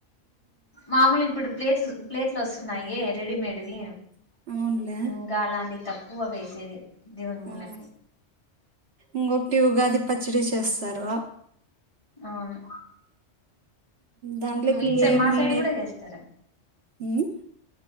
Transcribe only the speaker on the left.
మామూలు ఇప్పుడు ప్లేట్లు ప్లేట్లు వస్తున్నాయి రెడీమేడ్వి
ఇంకా అలాంటి తక్కువ వేసేది దేవుడు ముందర
అవును
ఇంకా
మా సైడ్ కూడా చేస్తారా